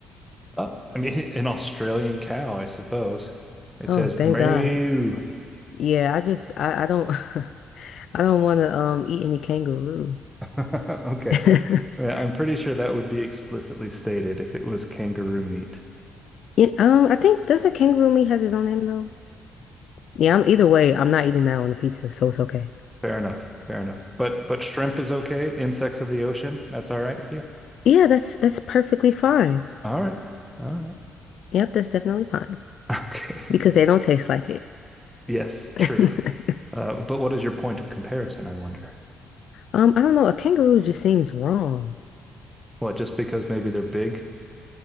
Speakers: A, in the centre; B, on the left.
A: Uh, I mean, <laughs> an Australian cow, I suppose. It
B: Oh,
A: says
B: thank
A: moo.
B: God.
A: <laughs>
B: Yeah, I just I, I don't <laughs> I don't want to um eat any kangaroo.
A: Okay.
B: <laughs>
A: Yeah, I'm pretty sure that would be explicitly stated if it was kangaroo meat.
B: Yeah, um, I think doesn't kangaroo meat has its own name though? Yeah, I'm either way, I'm not eating that on the pizza, so it's okay. <laughs>
A: Fair enough. Fair enough. But but shrimp is okay. Insects of the ocean, that's all right with you.
B: Yeah, that's that's perfectly fine.
A: All right. All right.
B: Yep, that's definitely fine
A: <laughs> Okay.
B: because they don't taste like it.
A: Yes, true.
B: <laughs>
A: Uh, but what is your point of comparison, I wonder?
B: Um, I don't know, a kangaroo just seems wrong.
A: Well, just because maybe they're big?